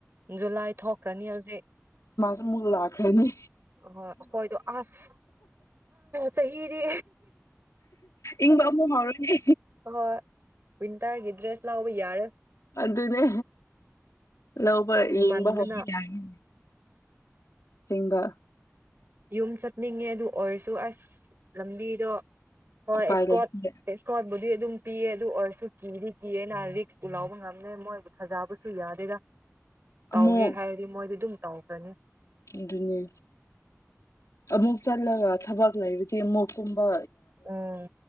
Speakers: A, on the right; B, on the left.
A: ꯖꯨꯂꯥꯏ ꯊꯣꯛꯈ꯭ꯔꯅꯤ ꯍꯧꯖꯤꯛ
B: ꯃꯂꯥꯈꯅꯤ
A: ꯍ ꯍꯣꯏꯗꯣ ꯑꯁ ꯆꯍꯤꯍꯤꯗꯤ
B: ꯏꯪꯕ ꯑꯃꯨ ꯉꯥꯎꯔꯣꯏꯅꯦ
A: ꯍꯣꯏ ꯋꯤꯟꯇꯔꯒꯤ ꯗ꯭ꯔꯦꯁ ꯂꯧꯕ ꯌꯥꯔꯦ
B: ꯑꯗꯨꯅꯦ ꯂꯧꯕ
A: ꯊꯨꯃꯟꯗꯅ
B: ꯌꯦꯡꯕ ꯍꯧꯕ ꯌꯥꯅꯤ ꯆꯤꯡꯕ
A: ꯌꯨꯝ ꯆꯠꯅꯤꯡꯉꯦ ꯑꯗꯨ ꯑꯣꯏꯔꯁꯨ ꯑꯁ ꯂꯝꯕꯤꯗꯣ ꯑ
B: ꯎꯄꯥꯏ
A: ꯏꯁꯀꯣꯠ
B: ꯂꯩꯇꯦ
A: ꯏꯁꯀꯣꯠ ꯑꯗꯨ ꯑꯗꯨꯝ ꯄꯤꯑ ꯑꯗꯨ ꯑꯣꯏꯔꯁꯨ ꯀꯤꯗꯤ ꯀꯤꯌꯦꯅꯍ ꯔꯤꯛꯁ ꯄꯨ ꯂꯥꯎꯕ ꯉꯝꯅꯦ ꯃꯣꯏꯕꯨ ꯊꯥꯖꯕꯁꯨ ꯌꯥꯗꯦꯗ ꯇꯧꯒꯦ
B: ꯑꯃꯨꯛ
A: ꯍꯥꯏꯔꯗꯤ ꯃꯣꯏꯗꯤ ꯑꯗꯨꯝ ꯇꯧꯈ꯭ꯔꯅꯤ
B: ꯑꯗꯨꯅꯦ ꯑꯃꯨꯛ ꯆꯠꯂꯒ ꯊꯕꯛ ꯂꯩꯔꯗꯤ ꯑꯃꯨꯛꯀꯨꯝꯕ
A: ꯎꯝ